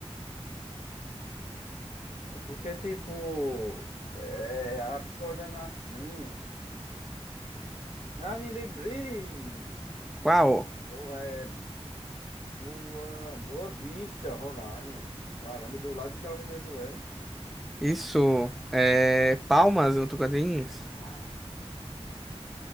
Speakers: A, on the left; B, in the centre.
A: é Porque, tipo, é, a pessoa olhando assim. Ah, me lembrei!
B: Qual?
A: Boa, é, boa, Boa Vista, Roraima. Caramba, do lado da Venezuela.
B: Isso, é Palmas, Tocantins.
A: Ai,